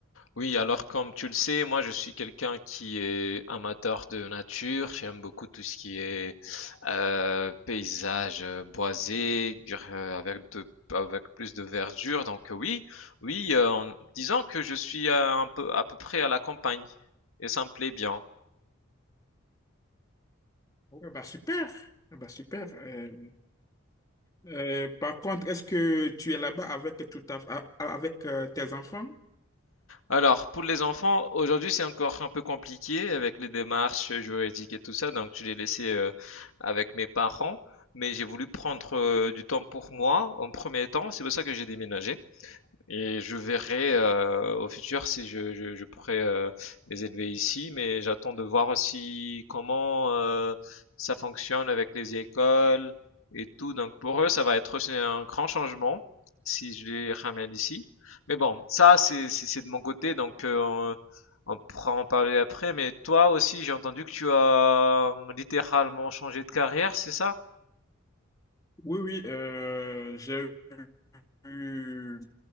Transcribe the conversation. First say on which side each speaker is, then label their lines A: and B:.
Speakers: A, on the left (about 80°); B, on the left (about 15°).
A: Oui, alors comme tu le sais, moi je suis quelqu'un qui est amateur de nature, j'aime beaucoup tout ce qui est euh, paysage euh, boisé, euh, avec de avec plus de verdure. Donc euh, oui, oui, euh, en disant que je suis euh, un peu à peu près à la campagne et ça me plaît bien.
B: Oui, bah super. Ah Bah super. Euh, euh, par contre, est-ce que tu es là-bas avec tout ta- a- avec euh, tes enfants?
A: Alors, pour les enfants, aujourd'hui, c'est encore un peu compliqué avec les démarches juridiques et tout ça, donc je l'ai laissé euh, avec mes parents, mais j'ai voulu prendre euh, du temps pour moi en premier temps, c'est pour ça que j'ai déménagé. Et je verrai euh, au futur si je, je, je pourrais euh, les élever ici, mais j'attends de voir aussi comment euh, ça fonctionne avec les écoles et tout. Donc pour eux, ça va être aussi un grand changement si je les ramène ici. Mais bon, ça c'est c'est c'est de mon côté, donc euh, on, on pourra en parler après. Mais toi aussi, j'ai entendu que tu as euh, littéralement changé de carrière, c'est ça?
B: Oui, oui, euh, j'ai eu